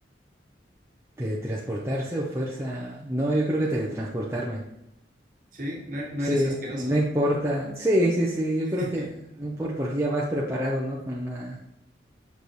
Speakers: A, on the right (about 15°); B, on the right (about 50°).
A: ¿Teletransportarse o fuerza? No, yo creo que teletransportarme.
B: ¿Sí? ¿No, no
A: Sí,
B: eres asqueroso?
A: no importa. Sí, sí, sí, yo
B: <laughs>
A: creo que no importa porque ya vas preparado, ¿no? Con una...